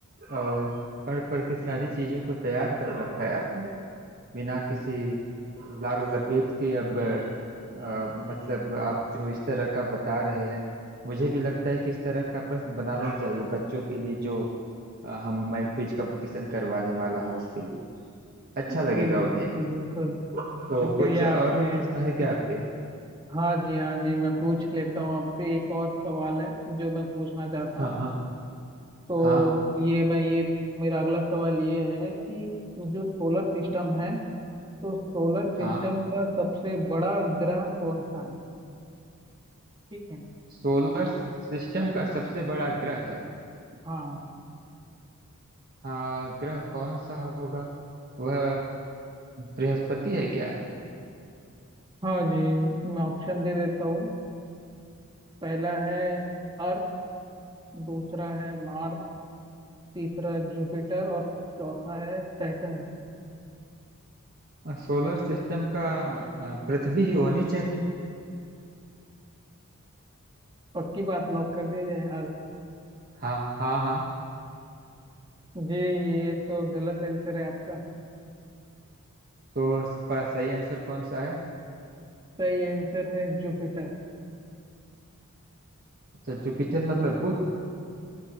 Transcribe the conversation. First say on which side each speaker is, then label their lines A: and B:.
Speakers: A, on the right; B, on the right.
A: और पढ़ पढ़ के सारी चीजों को तैयार कर रखा है आपने बिना किसी लाग लपेट के अब अ, मतलब आप जो इस तरह का बता रहे हैं मुझे भी लगता है कि इस तरह का प्रश्न बनाना चाहिए बच्चों के लिए जो अ, हम मैं क्विज कंपटीशन करवाने वाला हूँ उसके लिए अच्छा
B: जी
A: लगेगा
B: जी बिल्कुल
A: उन्हें भी
B: बिल्कुल
A: तो
B: शुक्रिया
A: कुछ और
B: आपने
A: भी प्रश्न है क्या आपके
B: हाँ जी हाँ जी मैं पूछ लेता हूँ आपसे एक और सवाल है जो मैं पूछना चाहता
A: हाँ
B: हूँ
A: हाँ
B: तो
A: हाँ
B: ये मैं ये मेरा अगला सवाल ये है कि जो सोलर सिस्टम है तो सोलर
A: हाँ
B: सिस्टम का सबसे बड़ा ग्रह कौन सा है ठीक है
A: सोलर सिस्टम का सबसे बड़ा ग्रह
B: हाँ
A: हाँ ग्रह कौन सा होगा वह बृहस्पति है क्या
B: हाँ जी मैं ऑप्शन दे देता हूँ पहला है अर्थ दूसरा है मार्स तीसरा जुपिटर और चौथा है सैटर्न
A: अ, सोलर सिस्टम का अ, पृथ्वी ही होनी चाहिए
B: पक्की बात लॉक कर दिया जाए अर्थ
A: हाँ हाँ हाँ
B: जी ये तो गलत आंसर है आपका
A: तो इसका सही आंसर कौन सा है
B: सही आंसर है जुपिटर
A: अच्छा जुपिटर मतलब बुध